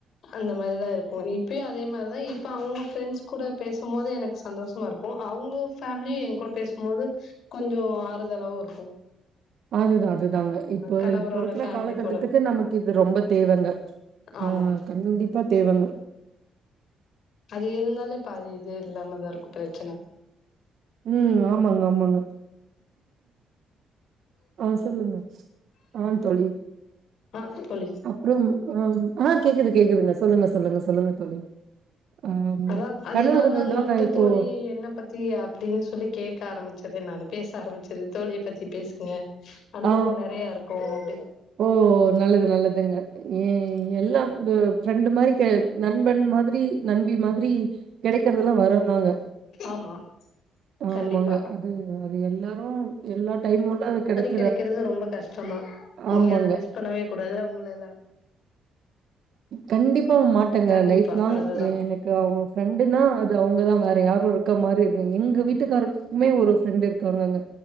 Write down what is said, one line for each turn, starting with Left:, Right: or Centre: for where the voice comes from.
Left: அந்த மாதிரிதா இருப்போ இப்பயு அதே மாரிதா இப்ப அவுங்க ஃப்ரெண்ட்ஸ் கூட பேசும் போது எனக்கு சந்தோஷ மாருக்கு அவுங்க ஃபேமிலி எ கூட பேசும்போது கொஞ்சொ ஆறுதலாவுருக்கு
Right: அதுதா அதுதாங்க இப்ப
Left: கணவரோட
Right: இப்ப இருக்ற
Left: ஃபேமிலி
Right: காலகட்டத்துக்கு
Left: கூட
Right: நமக்கு இது ரொம்ப தேவங்க
Left: ஆமா
Right: ஆ கண்டிப்பா தேவங்க
Left: அது இருந்தாலே பாதி இது இல்லாமதா இருக்கு பிரச்சன
Right: ம் ஆமாங்க ஆமாங்க ஆ சொல்லுங்க ஆந் தோழி
Left: ஆ சொல்
Right: அப்றம் ஆ ஆ கேக்குது கேக்குதுங்க சொல்லுங்க சொல்லுங்க சொல்லுங்கத் தோழி அம்
Left: அதாக் அதனால்தா
Right: கணவர்கள்
Left: அங்ககிட்டத்
Right: தாங்க இப்போ
Left: தோழி என்னப் பத் த்தி அப்டின் சொல்லி கேக்க ஆரம்பிச்சது நானு பேச ஆரம்பிச்சது தோழியப் பத்தி பேசுங்க அனுபவோ
Right: ஆ
Left: நெறைய இருக்கு அப்டின்
Right: ஓ நல்லது நல்லதுங்க ஏ எல்லாம் ப ஃப்ரெண்டு் மாரி கே நண்பன் மாதிரி நண்பி மாதிரி கெடைக்கறதெல்லா வரந்தாங்க
Left: ஆமா
Right: ஆமாங்க
Left: கண்டிப்பா
Right: அது அது எல்லாரு எல்லா டைமொள்ள அது கெடச்
Left: கெடைக்கறது ரொம்ப கஷ்டந்தா நீங்க
Right: ஆமாங்க.
Left: அத மிஸ் பண்ணவே கூடாது அவுங்கள எல்லா
Right: கண்டிப்பா மாட்டேங்க
Left: கண்டிப்பா
Right: லைஃப் லாங்
Left: அதுதா
Right: எ எனக்கு அவுங்க ஃப்ரெண்டுனா அது அவுங்கதா வேற யாரு இருக்க மாரி இரு எங்க வீட்டுக்காருக்குமே ஒருப் ஃப்ரெண்டு இருக்காங்கங்க